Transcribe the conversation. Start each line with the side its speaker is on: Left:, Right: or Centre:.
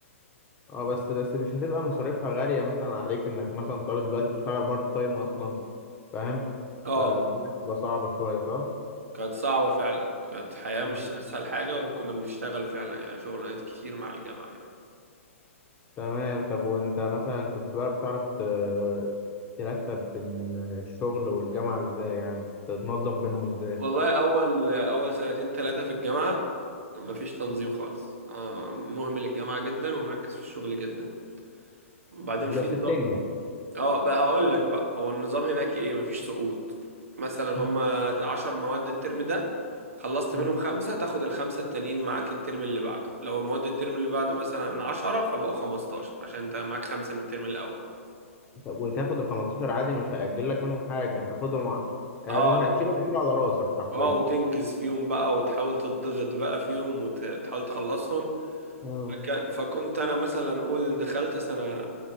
Left: اه بس بس مش هتبقى مصاريفها غاليه مثلا عليك انك مثلا طالب دلوقتي بتشتغل بارت تايم اصلا فاهم
Right: اه
Left: فدي بتبقى صعبة شوية صح؟
Right: كانت صعبة فعلا كانت حياة مش
Left: آه.
Right: أسهل حاجة وكنا بنشتغل فعلا يعني شغلانات كتير مع الجامعة يعني
Left: تمام طب وانت مثلا كنت بقى بتعرف ت- ترتب بين الشغل والجامعة ازاي يعني تتنظم بينهم ازاي
Right: والله أول أول سنتين ثلاثة في الجامعة مفيش تنظيم
Left: مم.
Right: خالص آه، مهمل الجامعة جدا ومركز في الشغل جدا وبعدين
Left: بس
Right: في نظام
Left: بتنجح
Right: اه بقى هقول لك بقى هو النظام هناك ايه مفيش سقوط مثلا
Left: مم.
Right: هما عشر مواد الترم ده خلصت
Left: مم.
Right: منهم خمسة تاخد الخمسة التانيين معاك الترم اللي بعده لو مواد الترم اللي بعده مثلا عشرة فبقوا خمستاشر عشان انت معاك خمسة من الترم الأول
Left: طب وتاخد ال 15 عادي مش هيأجل لك منهم حاجة هتاخدهم ع- يعني
Right: اه
Left: اللي
Right: لا
Left: هتشيله هتشيله على راسك حرفيا
Right: اه وتنجز فيهم بقى وتحاول تضغط بقى فيهم وتحاول تخلصهم
Left: مم.
Right: فك- فكنت انا مثلا اقول دخلت سنة